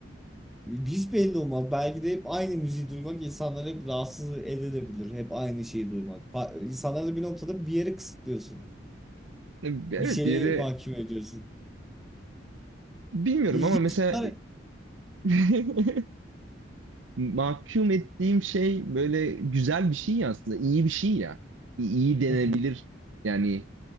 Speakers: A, in the centre; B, on the right (about 85°).
A: Hiç belli olmaz. Belki de hep aynı müziği duymak insanları hep rahatsız edebilir. Hep aynı şeyi duymak. Ba- İnsanları da bir noktada bir yere kısıtlıyorsun.
B: E, Evet
A: Bir şeye
B: bir yere
A: mahkum ediyorsun.
B: bilmiyorum
A: İlginç.
B: ama mesela
A: Bunlar
B: <laughs> mahkum ettiğim şey böyle güzel bir şey ya aslında iyi bir şey ya İ- iyi denebilir
A: <laughs>
B: yani